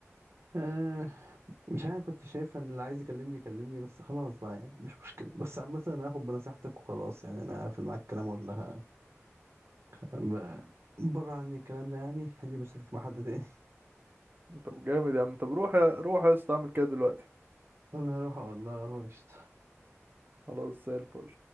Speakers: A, on the right; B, on the right.
A: آه مش عارف كنت شايف ان اللي عايز يكلمني يكلمني بس خلاص بقى يعني مش مشكلة بس عامة انا هاخد بنصيحتك وخلاص يعني انا هقفل معاك الكلام ولا ه- ب- بره عني الكلام ده يعني اللي مشاكلك مع حد تاني
B: طب جامد يا عم طب روح يا روح يا اسطى اعمل كده دلوقتي
A: <laughs> انا هروح اقول لها هو قشطة.
B: خلاص زي الفل